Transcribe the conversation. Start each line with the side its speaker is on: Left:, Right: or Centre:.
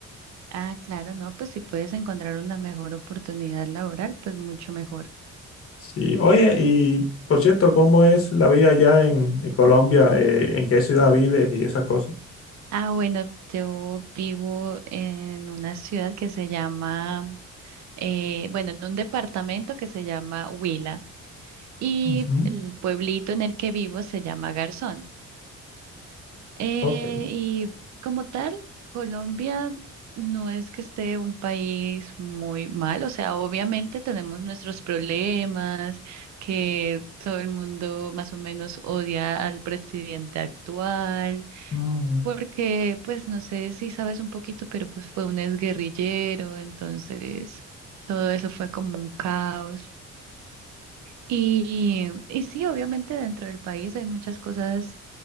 Right: Ah, claro, no, pues si puedes encontrar una mejor oportunidad laboral, pues mucho mejor.
Left: Sí, oye, y por cierto, ¿cómo es la vida allá en, en Colombia? Eh, ¿en qué ciudad vives y esas cosas?
Right: Ah, bueno, yo vivo en una ciudad que se llama, eh, bueno, en un departamento que se llama Huila y
Left: Ujú.
Right: el pueblito en el que vivo se llama Garzón. Eh,
Left: Ok,
Right: y como tal, Colombia no es que esté un país muy mal, o sea, obviamente tenemos nuestros problemas, que todo el mundo más o menos odia al presidente actual,
Left: Ah,
Right: porque pues no sé si sabes un poquito, pero pues fue un exguerrillero, entonces todo eso fue como un caos. Y, y sí, obviamente dentro del país hay muchas cosas